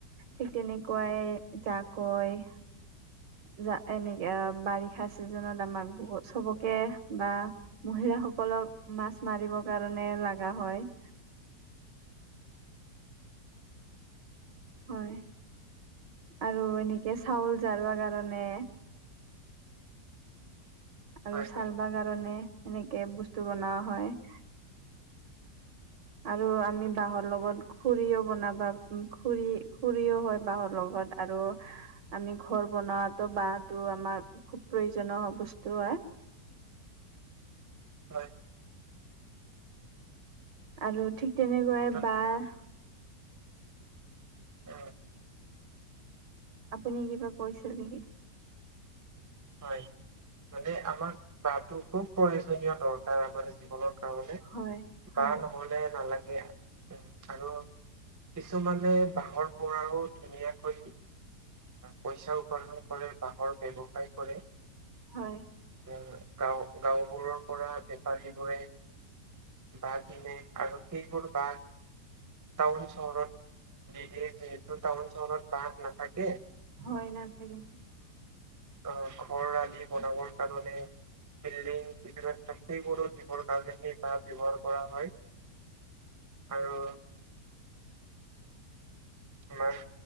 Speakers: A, on the right (about 85°); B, on the right (about 20°).
A: ঠিক তেনেকুৱাই জাকৈ যা এনেকে বাৰিষা চিজনত আমাক চবকে বা মহিলাসকলক মাছ মাৰিব কাৰণে লাগা হয়। হয়, আৰু এনেকে চাউল জাৰবা কাৰণে আৰু
B: হয়
A: চালবা
B: হয়
A: কাৰণে এনেকে বস্তু বনোৱা হয়। আৰু আমি বাঁহৰ লগত খুৰিও বনাবা খুৰি-খৰিও হয়, বাঁহৰ লগত। আৰু, আমি ঘৰ বনাৱাতো বাঁটো আমাক খুব প্ৰয়োজনীয় বস্তু হয়।
B: হয়।
A: আৰু ঠিক তেনেকৈ‌য়ে
B: মুঠত
A: বাঁহ
B: অ'।
A: আপুনি কিবা কৈছিল নিকি!
B: হয়। মানে আমাক বাঁটো খুব প্ৰয়োজনীয় দৰকাৰ, আমাৰ জীৱনত। তাৰমানে,
A: হয় হয়
B: বাঁ নহলে নালাগে। উ। আৰু কিছুমানে বাঁহৰ পৰাও ধুনীয়াকৈ পইচা উপাৰ্জন কৰে, বাঁহৰ ব্যৱসায় কৰে।
A: হয়।
B: <unintelligible> গাওঁ, গাঁওবোৰৰ পৰা বেপাৰীবোৰে বাঁহ কিনে আৰু সেইবোৰ বাঁহ টাউন চহৰত দি দিয়ে, যিহেতু টাউন চহৰত বাঁহ নাথাকে।
A: হয়, নাথাকে।
B: অ', ঘৰ আদি বনাবৰ কাৰণে বিল্ডিং <unintelligible> সেইবোৰো দিবৰ কাৰণে সেই বাঁহ ব্যৱহাৰ কৰা হয়। আৰু লয়।